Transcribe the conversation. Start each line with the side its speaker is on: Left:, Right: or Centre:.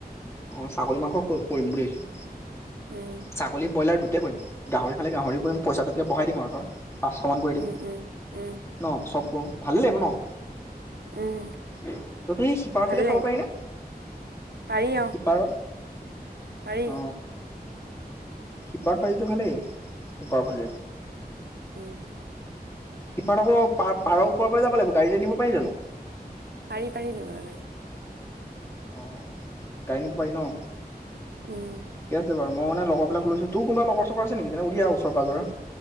Left: অ', ছাগলী মাংস ক কৰিম বুলি ভাবছোঁ।
Right: উম।
Left: ছাগলী ব্ৰইলাৰ দুইটাই কৰিম গাহৰি খালে গাহৰি কৰিম পইচাটো তেতিয়া বহাই দিম ধৰ। পাঁচশ মান কৰি দিম
Right: উম উম উম
Left: ন চব কৰো ভালেই লাগিব ন।
Right: উম
Left: তহঁতৰ ই সিপাৰ
Right: ভালেই
Left: ফালে
Right: লাগিব
Left: খাব পাৰি নে?
Right: পাৰি অ',
Left: সিপাৰৰ
Right: পাৰি।
Left: অ সিপাৰত পাৰিলেটো ভালেই সিপাৰ ফালে।
Right: উম।
Left: সিপাৰত আকৌ পাৰ, পাৰ উপৰৰ পৰা যাব লাগিব গাড়ী নিব পাৰি জানো।
Right: পাৰি, পাৰি নিবলে গাৰি।
Left: অ'গাড়ী নিব পাৰি ন?
Right: উম।
Left: ঠিকেই আছে বাৰু, মই মানে লগৰ বিলাক লৈছোঁ। তোৰ কোনবা লগৰ-চগৰ আছে নেকি? তেনে উলিয়া ওচৰ পাঁজৰে।